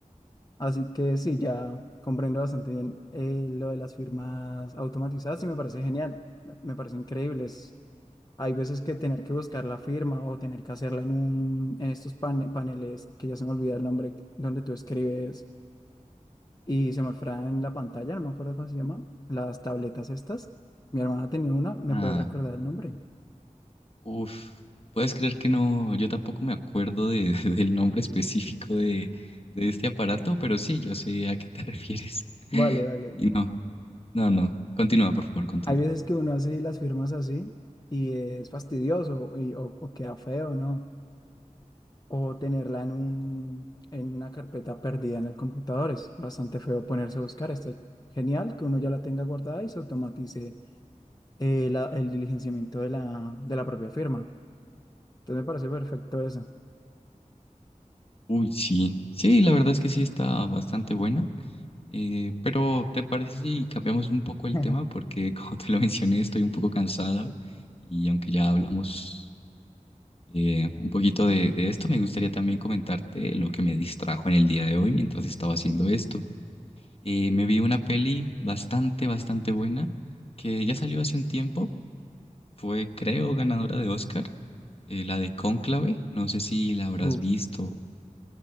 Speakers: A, on the left (about 30°); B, on the left (about 50°).
A: Así que sí, ya comprendo bastante bien eh, lo de las firmas automatizadas y me parece genial, me, me parece increíble. Es- hay veces que tener que buscar la firma o tener que hacerla en un, en estos pane- paneles, que ya se me olvida el nombre, donde tú escribes y se muestra en la pantalla, no me acuerdo cómo se llama, las tabletas estas. Mi hermana tenía una, ¿me
B: ah,
A: puede recordar el nombre?
B: uf, puedes creer que no, yo tampoco me acuerdo de- <laughs> del nombre específico de, de este aparato, pero sí, yo sé a qué te refieres. <laughs>
A: Vale, vale.
B: y no No, no. Continúa, por favor, continúa.
A: Hay veces que uno hace las firmas así y es fastidioso y- o, o queda feo, ¿no? O tenerla en un, en una carpeta perdida en el computador. Es bastante feo ponerse a buscar. Está genial que uno ya la tenga guardada y se automatice eh, la- el diligenciamiento de la, de la propia firma. Entonces me parece perfecto eso.
B: Uy, sí. Sí, la verdad es que sí está bastante buena. Eh, pero ¿te parece si cambiamos un poco
A: <laughs>
B: el tema? Porque <laughs> como te lo mencioné, estoy un poco cansado y aunque ya hablamos eh, un poquito de, de esto, me gustaría también comentarte lo que me distrajo en el día de hoy mientras estaba haciendo esto. Eh, me vi una peli bastante, bastante buena que ya salió hace un tiempo, Fue, creo, ganadora de Oscar, eh, la de Cónclave, no sé si la habrás
A: Uf,
B: visto,